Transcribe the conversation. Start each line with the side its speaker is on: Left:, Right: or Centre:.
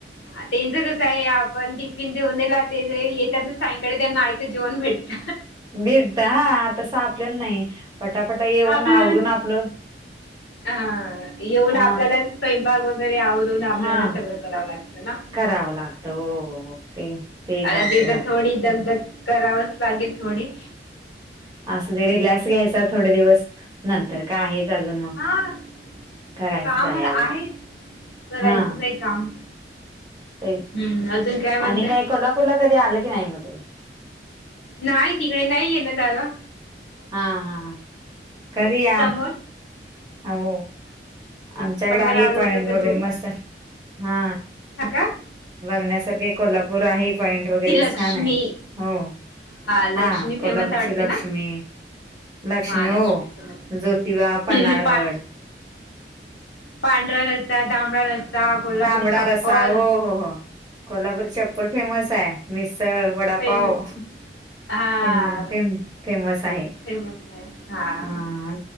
Left: हा त्यांचं कसं आहे आपण टिफिन देेऊनला ते येतात ना सायंकाळी त्यांना यतं जेवण भेटत
Right: भेटता हा तस आपलेला नाही पटापटा येऊन
Left: आपण
Right: आवरून आपलं
Left: हा येऊन
Right: अ
Left: आपल्याला स्वयंपाक वगैरे आवरून आपल्याला
Right: हा
Left: सगळं करावं लागतं ना
Right: करावं लागतं हो ते वेग
Left: आता
Right: वाग्य
Left: ते थोडी दगधग करावच लागेल थोडी
Right: असं ते रिलॅक्स घ्यायचा थोडे दिवस नंतर का आहेच अजून मग
Left: हा
Right: करायचंच
Left: काम
Right: आहेल
Left: आहेच करायचंच
Right: हा
Left: आहे काम.
Right: ते
Left: हम्म अजून म्हणते
Right: आणि काय कोल्हापूरला कधी आलं की नाही मग तुम्ही
Left: नाही तिकडे नाही येे ना त्याला
Right: हा हा घरीया
Left: समोर
Right: हो आमच्याकडे
Left: समोर
Right: आहे
Left: आलो
Right: पॉइंट
Left: तर कधी
Right: वगैरे
Left: बघू
Right: मस्त हा
Left: हा का
Right: बघण्यासारखे कोल्हापूर आहे पॉइंट वगैरे
Left: ची लक्ष्मी
Right: छान आहे हो
Left: लक्ष्मी
Right: हा
Left: फेमस
Right: कोल्हापूरची
Left: आहे वाटते
Right: लक्ष्मी
Left: ना
Right: लक्ष्मी
Left: महालक्ष्मी
Right: हो ज्योतिबा
Left: फेमस
Right: पन्नाळगड
Left: पा पांढरा रस्सा तांबड रस्सा कोल्हापुरी
Right: तांबडा
Left: छप्पल
Right: रसा हो हो हो कोल्हापूर च प्पल फेमस आहे मिसळ वडापाव
Left: फेमस हा
Right: फम फम फेमस आहे
Left: फेमस आहे हा
Right: ह